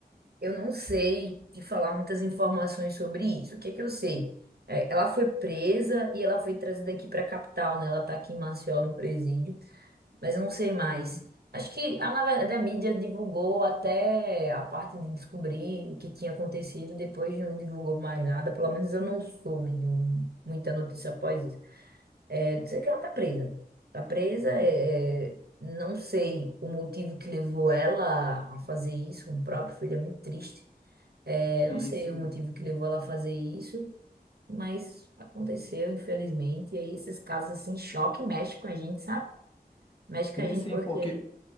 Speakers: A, on the right; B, on the left.
A: Eu não sei te falar muitas informações sobre isso. O que é que eu sei? É, ela foi presa e ela foi trazida aqui pra capital, né? Ela tá aqui em Maceió, no presídio. mas eu não sei mais.
B: Uhum.
A: Acho que, ah, na verdade, a mídia divulgou até a parte de descobrir o que tinha acontecido, depois não divulgou mais nada, pelo menos eu não soube de um, muita notícia após isso. É, sei que ela tá presa. Tá presa, é, é, não sei o motivo que levou ela a fazer isso com o próprio filho, é muito triste. É,
B: Sim,
A: não sei
B: sim,
A: o motivo que levou ela a fazer isso, mas aconteceu, infelizmente. E aí esses casos assim, choque mexe com a gente, sabe? Mexe com
B: sim,
A: a gente
B: sim,
A: porque
B: porque,